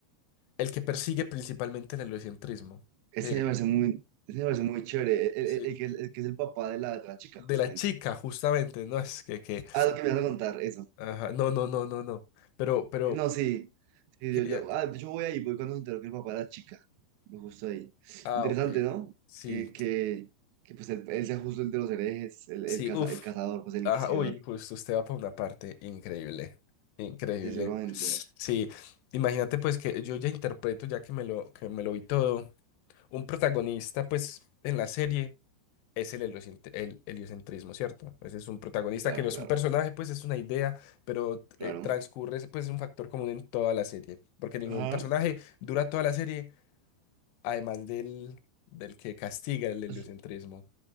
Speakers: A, on the left; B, on the right.
A: El que persigue principalmente el heliocentrismo.
B: Ese
A: Que,
B: me parece muy, ese me parece muy chévere. El,
A: sí.
B: el- el que, es- el que es el papá de la, de la chica,
A: De
B: justamente.
A: la chica, justamente, ¿no? Es que, que...
B: Ah, lo que me vas a contar, eso.
A: Ajá. No, no, no, no, no. Pero, pero...
B: Eh, No, sí. Sí,
A: Quería...
B: yo, yo- ah, yo voy ahí, voy cuando se enteró que el papá era chica. Yo Justo ahí.
A: Ah,
B: Interesante,
A: ok.
B: ¿no?
A: Sí.
B: Que, que, que pues él, él sea justo el de los herejes, el, el,
A: Sí,
B: caza-
A: uff.
B: el cazador, pues el
A: Ajá,
B: inquisidor.
A: uy, justo usted va para una parte increíble, increíble.
B: Sí, seguramente.
A: Sí, imagínate pues que yo ya interpreto, ya que me lo, que me lo vi todo, un protagonista pues en la serie es el, heliocent- el heliocentrismo, ¿cierto? Ese es un protagonista
B: Claro,
A: que no es
B: claro,
A: un personaje, pues es una idea, pero
B: claro.
A: eh, transcurre, pues es un factor común en toda la serie, porque ningún
B: Ajá.
A: personaje dura toda la serie, además del, del que castiga el heliocentrismo.
B: Es-